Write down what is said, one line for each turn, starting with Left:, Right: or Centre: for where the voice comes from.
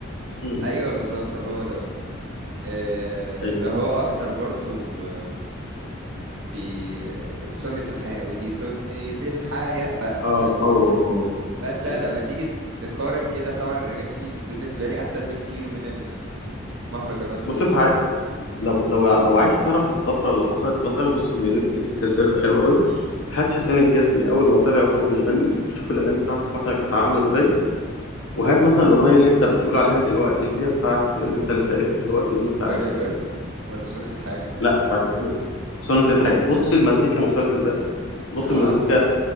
Left: مم.
Right: ايوه بالظبط هو دوت آه،
Left: ايوه
Right: اللي هو اكتر برضو آه، بي سنة الحياة ودي سنة الحياة ف...
Left: اه
Right: ف... ف...
Left: هو هو جسمي
Right: فانت لما
Left: أيوة.
Right: تيجي تقارن كده طبعا الاغاني دي بالنسبة لي احسن بكتير من المهرجانات
Left: بص
Right: ومن
Left: انت عاي... لو لو لو عايز تعرف الطفره اللي حصلت مثلا بص من انت جبت سيرة حلوه قوي هات حسين الجسمي اول ما طلع وهو بيغني شوف الاغاني بتاعته مثلا كانت عامله ازاي وهات مثلا الاغنيه اللي انت بتقول عليها دلوقتي اللي هي بتاعت اللي انت لسه قايلها دلوقتي دي بتاعت
Right: جري جري ولا سنة الحياة
Left: لا بتاعت سنة سنة الحياة بص المزيكا مختلفة ازاي بص
Right: اه
Left: المزيكا